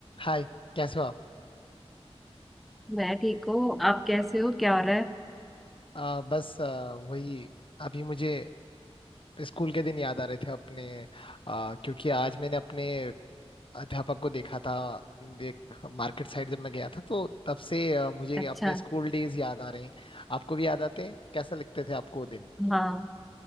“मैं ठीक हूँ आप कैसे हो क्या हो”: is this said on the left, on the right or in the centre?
Centre